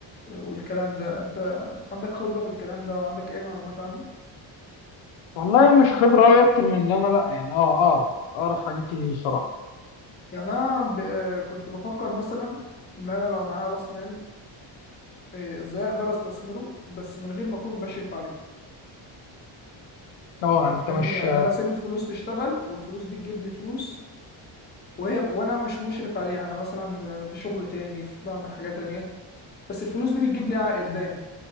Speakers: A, on the left (about 20°); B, on the left (about 80°).
A: والكلام ده انت عندك خبرة في الكلام ده وعندك اي معلومات عنه؟
B: والله مش خبره قوي اكتر من ان انا لا يعني اه اعرف اعرف حاجات كتير الصراحه
A: يعني انا ب... كنت بفكر مثلا ان انا لو معايا راس مال إيه، ازاي اقدر استثمره بس من غير ما اكون بشرف عليه
B: اه
A: انت
B: انت
A: فاهمني؟
B: مش
A: يعني انا اسيب الفلوس تشتغل والفلوس دي تجيب لي فلوس وهي وانا مش مشرف عليها انا مثلا في شغل تاني في بعمل حاجة تانية بس الفلوس دي بتجيب لي عائد دايما